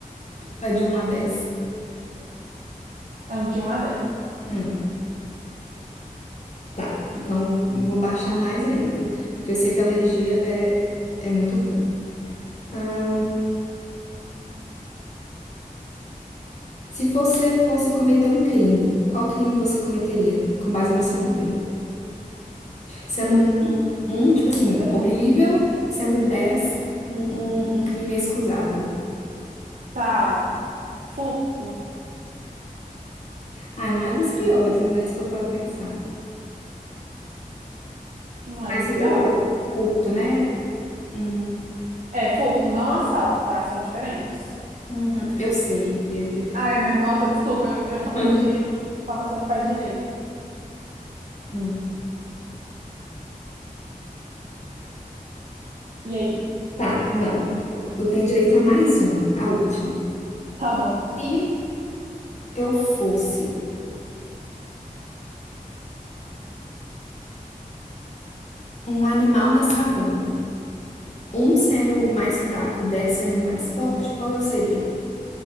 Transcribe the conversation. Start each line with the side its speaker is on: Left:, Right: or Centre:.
Left: Vai de um a 10.
Right: É um de um a dez.
Left: Hum, tá. Então, vou vou baixar mais ainda, porque eu sei que a alergia é, é muito ruim. Ahn, se você fosse cometer um crime, qual crime você cometeria com base no seu número? Sendo
Right: Hum,
Left: um, tipo assim,
Right: tipo assim,
Left: horrível, sendo 10, um, um, um crime excusável.
Right: tá. Furto.
Left: Ah, não é dos piores, né? Se for para pensar.
Right: Não é
Left: Mas
Right: dos piores.
Left: o, o- curto, né? Hum,
Right: É, furto, não assalto, tá? São diferentes.
Left: Uhum, Eu sei. e-
Right: Ai, né? nossa, desculpa, eu eu falando
Left: e-
Right: de
Left: <laughs>
Right: uma pessoa que faz direito.
Left: Hum.
Right: E aí?
Left: Tá, não. Eu tenho direito a mais uma, a última.
Right: Tá bom.
Left: Se eu fosse um animal na savana, um sendo o mais fraco, dez sendo o mais forte, qual eu seria?